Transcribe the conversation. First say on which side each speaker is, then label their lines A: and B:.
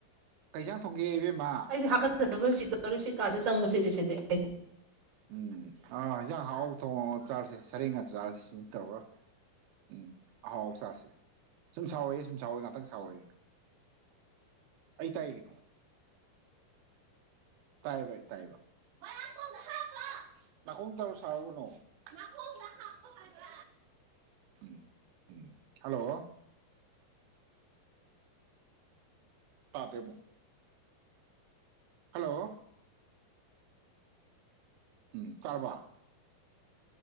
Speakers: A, on the right; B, on the right.
A: ꯀꯩ ꯏꯟꯖꯥꯡ ꯊꯣꯡꯒꯦ
B: ꯑꯁ
A: ꯏꯕꯦꯝꯃ
B: ꯑꯩꯗꯤ ꯍꯥꯀꯠꯆꯗꯕ ꯁꯤꯗꯧꯔꯦ ꯁꯤ <unintelligible>
A: ꯎꯝ ꯑꯥ ꯍꯤꯟꯖꯥꯡ ꯑꯍꯥꯎ ꯊꯣꯡꯉꯣ ꯆꯥꯔꯁꯦ ꯁꯔꯦꯡ ꯉꯥꯗꯨ ꯆꯥꯔꯁꯦ ꯇꯧꯔ ꯎꯝ ꯑꯍꯥꯎ ꯍꯥꯎ ꯆꯥꯔꯁꯦ ꯁꯨꯝ ꯁꯥꯎꯋꯣꯌꯦ ꯁꯨꯝ ꯁꯥꯎꯋꯣꯌꯦ ꯉꯥꯛꯇꯪ ꯁꯥꯎꯋꯣꯌꯦ ꯑꯩ ꯇꯥꯏ ꯀꯩꯅꯣ ꯇꯥꯏꯕ ꯑꯩ ꯇꯥꯏꯕ ꯕꯥ ꯅꯥꯀꯣꯡꯗ ꯍꯥꯞꯄꯣ ꯅꯥꯀꯣꯡ ꯇꯧꯔ ꯁꯥꯎꯅꯣ ꯀꯩꯅꯣ ꯅꯥꯀꯣꯡꯗ ꯍꯥꯞꯄꯣ ꯍꯥꯏꯕ ꯎꯝ ꯎꯝ ꯍꯜꯂꯣ ꯇꯥꯗ꯭ꯔꯦ ꯃꯨꯛ ꯍꯜꯂꯣ ꯎꯝ ꯇꯥꯔꯕꯣ